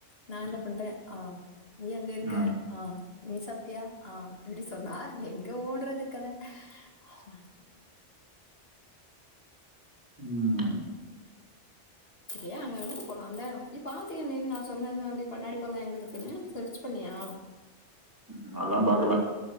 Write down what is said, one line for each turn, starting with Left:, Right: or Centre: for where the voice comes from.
Left: நா
Right: ம்.
Left: என்ன பண்ற ஆ நீ அங்க இருக்க
Right: ம்.
Left: ஆ நீ சாப்ட்டியா ஆ இப்டி சொன்னா எங்க ஓடறது கத? ம்
Right: ம் அ
Left: சரி அங்க எங்க போலா அந்த நீ பாத்தியா நீ நா சொன்னது மாரி கண்ணாடி பாலோ எங்க இருக்ன்னு சர்ச் பண்ணியா
Right: ம் அதெல்லா பாக்குல